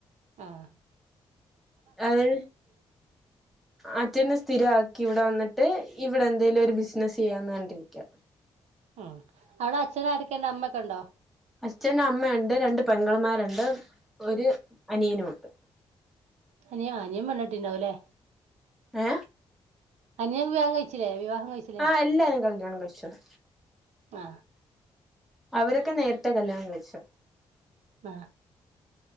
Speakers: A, on the right (about 75°); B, in the centre.
A: ആഹ.
B: അത്, അച്ഛെന്, സ്ഥിര ക്കിവിടെ, വന്നിട്ട്, ഇവിടെ എന്തേലും, ഒരു, ബിസിനസ്സ് ചെയ്യാന്ന്, കണ്ടിരിക്ക
A: ഉം, അവിടെ, അച്ഛനആരൊക്കെയണ്ട്, അമ്മൊക്കെ ഉണ്ടോ
B: അച്ഛൻ, അമ്മുണ്ട്, രണ്ട് പെങ്ങൾമാരുണ്ട്, ഒരു അനിയനുമുണ്ട്
A: ഉം, അനിയ, അനിയം വെണിട്ടിണ്ടാവല്ലേ
B: ഏ.
A: അനിയൻ വിവാഹം കഴിച്ചില്ലേ വിവാഹം കഴിച്ചില്ലേ
B: ആഹ എല്ലാരും കല്യാണം കഴിച്ചത്
A: ആഹ
B: അവരൊക്കെ നേരത്തെ കല്ല്യാണം കഴിച്ചോ
A: ആ